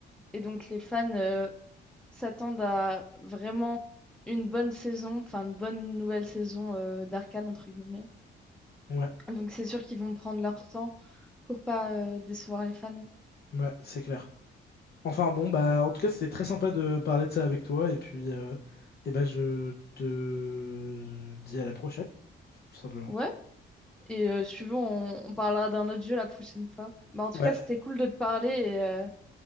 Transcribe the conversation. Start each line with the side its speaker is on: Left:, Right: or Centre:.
Centre: et donc les fans, euh, s'attendent à vraiment une bonne saison, enfin une bonne nouvelle saison euh, d'Arcane, entre guillemets.
Left: Ouais,
Centre: Donc c'est sûr qu'ils vont prendre leur temps pour pas euh, décevoir les fans.
Left: ouais, c'est clair. Enfin bon, bah en tout cas c'était très sympa de parler de ça avec toi et puis euh, eh ben je te dis à la prochaine, tout simplement.
Centre: Ouais, et euh, si tu veux, on, on parlera d'un autre jeu la prochaine fois. Bah, en tout
Left: Ouais,
Centre: cas, c'était cool de te parler et, euh,